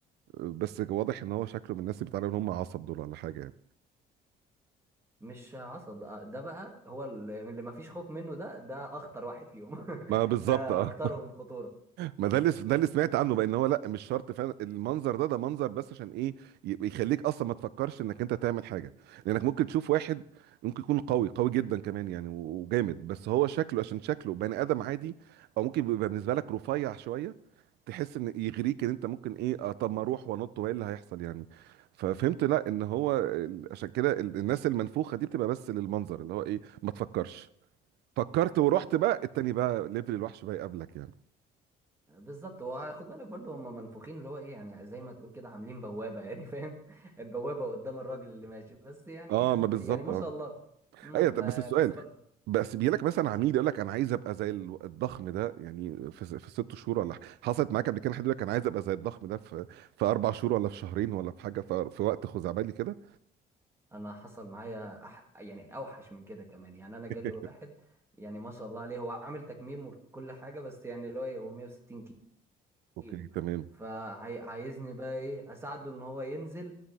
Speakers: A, on the right; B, on the right.
A: بس واضح ان هو شكله من الناس اللي بيتعاملوا ان هم عصب دول ولا حاجه يعني
B: مش عصب آه، ده بقى هو اللي اللي ما فيش خوف منه ده ده اخطر واحد فيهم <laughs>
A: ما بالظبط
B: ده
A: اه
B: اكترهم خطوره
A: ما ده اللي ده اللي سمعت عنه بقى ان هو لا مش شرط فعلا المنظر ده ده منظر بس عشان ايه ي- يخليك اصلا ما تفكرش انك انت تعمل حاجه لانك ممكن تشوف واحد ممكن يكون قوي قوي جدا كمان يعني و- وجامد بس هو شكله عشان شكله بني ادم عادي او ممكن يبقى بالنسبه لك رفيع شويه تحس ان يغريك ان انت ممكن ايه آه طب ما اروح وانط وايه اللي هيحصل يعني ففهمت لا ان هو ال- عشان كده ال- الناس المنفوخه دي بتبقى بس للمنظر اللي هو ايه ما تفكرش فكرت ورحت بقى التاني بقى ليفل الوحش بقى يقابلك يعني
B: بالظبط هو خد بالك برضه هم منفوخين اللي هو ايه يعني زي ما تقول كده عاملين بوابة يعني فاهم <laughs> بوابة قدام الراجل اللي ماشي بس يعني
A: اه ما بالظبط
B: يعني ما
A: اه
B: شاء الله امم
A: ايوه طب
B: ما-
A: بس السؤال
B: بس برضه
A: بس بيجي لك مثلا عميل يقول لك انا عايز ابقى زي ال- الضخم ده يعني في س- في ست شهور ولا ح- حصلت معاك قبل كده حد يقول لك انا عايز ابقى زي الضخم ده في في اربع شهور ولا في شهرين ولا في حاجه في, في وقت خزعبلي كده
B: انا حصل معايا أح يعني اوحش من كده كمان يعني انا جالي
A: <laughs>
B: واحد يعني ما شاء الله عليه هو عامل تكميم وكل حاجة بس يعني اللي هو ايه هو 160
A: اوكي
B: كيلو
A: تمام
B: فعايزني بقى ايه اساعده ان هو ينزل